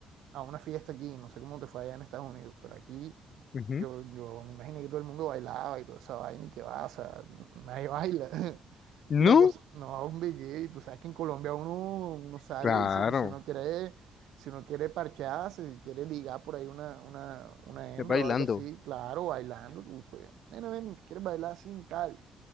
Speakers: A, on the right; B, on the left.
A: a una fiesta aquí, no sé cómo te fue allá en Estados Unidos, pero aquí
B: ujú.
A: yo, yo me imaginé que todo el mundo bailaba y toda esa vaina y que va, o sea, nadie baila. <laughs>
B: No,
A: Y la cosa, no, hombre, que tú sabes que en Colombia uno, uno sale
B: claro,
A: y si, si uno quiere si uno quiere parcharse, si quiere ligar por ahí una, una, una hembra
B: es bailando
A: o algo así, claro, bailando. Tú, cu- nena, ven, ¿quieres bailar sin tal?